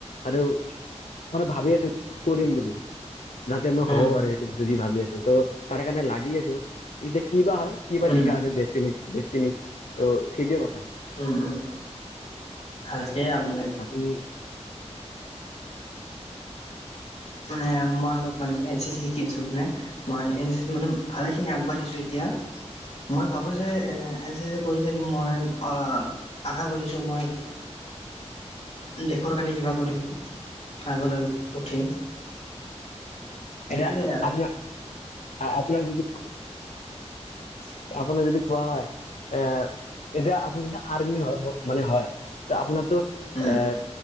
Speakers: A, on the left (about 85°); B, on the left (about 60°).
A: আৰু মানে ভাবি আছো কৰিম বুলি যাতে মই হব,
B: উম
A: আৰু সেইটো বস্তু যি ভাবি আছো ত তাৰে কাৰণে লাগি আছো এতিয়া বা হয় কিবা বা
B: উম
A: লিখা আছে ডেচ দেষ্টি নিট ত' সেইটোৱে কথা।
B: উম, উম ভালকে আনে।
A: নি
B: মানে মই অলপ মানে এন চি চি শিকি আছো মানে মই এ মানে ভালে খিনি আগবাঢ়িছো এতিয়া। মই ভাবো যে এ এন চি এ কৰি থাকি মই অ' আশা কৰিছো মই দেশৰ কাৰণে কিবা কৰি আগলৈ উঠি সেইটোয়ে
A: এটা
B: আৰু
A: আপোনাৰ, আপোনাৰ যদি
B: <inaudible>
A: আপোনাক যদি কোৱা হয়। আহ, এতিয়া আপুনি যদি আৰ্মি মোক মানে হয় তে আপোনাৰতো
B: উম
A: এ